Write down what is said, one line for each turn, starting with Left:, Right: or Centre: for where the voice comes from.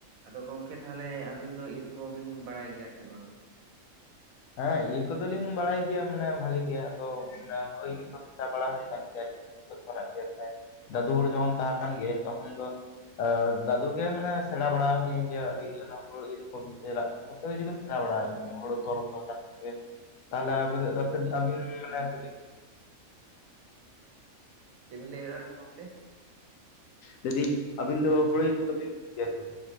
Right: ᱟᱫᱚ ᱜᱚᱢᱠᱮ ᱛᱟᱦᱚᱞᱮ ᱟᱹᱵᱤᱱ ᱫᱚ ᱤᱨ ᱠᱚᱦᱚᱵᱤᱱ ᱵᱟᱲᱟᱭ ᱜᱮᱭᱟ ᱥᱮ ᱵᱟᱝ?
Left: ᱦᱮᱸ ᱤᱨ ᱠᱚᱫᱚᱞᱤᱧ ᱵᱟᱰᱟᱭ ᱜᱮᱭᱟ ᱢᱟᱱᱮ ᱵᱷᱟᱜᱤ ᱜᱮᱭᱟ ᱟᱫᱚ ᱢᱟᱱᱮ ᱦᱳᱭ ᱤᱫᱤ ᱠᱚ ᱪᱟ ᱵᱟᱲᱟ ᱦᱩᱭ ᱜᱮᱭᱟ ᱟᱨᱠᱤ ᱡᱚᱛᱚᱱᱟᱜ ᱜᱮ ᱛᱟᱦᱮᱸ ᱫᱟᱫᱩ ᱦᱚᱲ ᱡᱚᱠᱷᱚᱱ ᱛᱟᱦᱮᱸ ᱠᱟᱱ ᱜᱮᱭᱟ ᱛᱚᱠᱷᱚᱱ ᱫᱚ ᱫᱟᱫᱩ ᱜᱮ ᱢᱟᱱᱮ ᱥᱮᱲᱟ ᱵᱟᱲᱟ ᱦᱟᱹᱫᱤᱧᱟᱭ ᱡᱮ ᱟᱹᱰᱤ ᱚᱱᱠᱟ ᱠᱚ ᱤᱨ ᱵᱤᱛᱟᱹᱞᱟ᱾ ᱠᱚᱛᱚᱠ ᱥᱤᱱᱤᱥ ᱥᱮᱲᱟ ᱵᱟᱲᱟ ᱦᱟᱹᱫᱤᱧᱟ, ᱦᱚᱲᱩ ᱛᱚᱞ᱾ ᱚ <unintelligible> ᱛᱟᱦᱚᱞᱮ ᱟᱯᱮᱥᱮᱫ ᱟᱹᱵᱤᱱ ᱢᱟᱱᱮ ᱟᱹᱵᱤᱱ
Right: ᱪᱮᱜ ᱵᱤᱱ ᱞᱟᱹᱭᱮᱜᱼᱟ ᱜᱚᱝᱠᱮ
Left: ᱞᱟᱹᱭᱫᱟᱧ ᱟᱹᱵᱤᱱ ᱫᱚ ᱦᱩᱲᱩ ᱤᱨ ᱠᱚᱫᱚ ᱵᱤᱱ ᱟᱥᱮ ᱵᱟᱝ